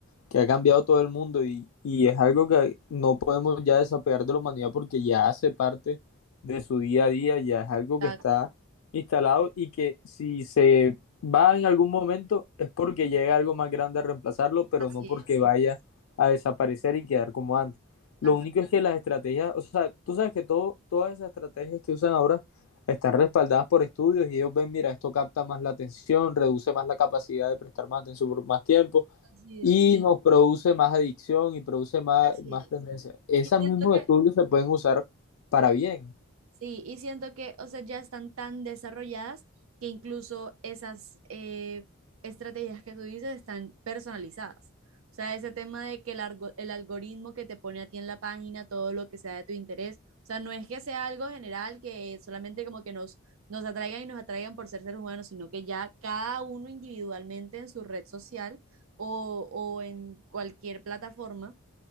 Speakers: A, on the left (about 80°); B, on the right (about 75°).
A: que ha cambiado todo el mundo y, y es algo que no podemos ya desapegar de la humanidad porque ya hace parte de su día a día, ya es algo
B: Exacto,
A: que está instalado y que si se va en algún momento es porque llega algo más grande a reemplazarlo, pero
B: así
A: no porque
B: es,
A: vaya a desaparecer y quedar como antes. Lo
B: as-
A: único es que las estrategias, o sea, tú sabes que todo, todas esas estrategias que usan ahora están respaldadas por estudios y ellos ven, mira, esto capta más la atención, reduce más la capacidad de prestar más atención por más tiempo,
B: Así
A: y
B: es.
A: nos produce más adicción y produce más,
B: así
A: más
B: es.
A: tendencia. Esos
B: Y siento
A: mismos
B: que
A: estudios se pueden usar para bien.
B: Sí, y siento que, o sea, ya están tan desarrolladas que incluso esas eh, estrategias que tú dices están personalizadas. O sea, ese tema de que el, algo- el algoritmo que te pone a ti en la página, todo lo que sea de tu interés, o sea, no es que sea algo general que solamente como que nos, nos atraigan y nos atraigan por ser seres humanos, sino que ya cada uno individualmente en su red social o, o en cualquier plataforma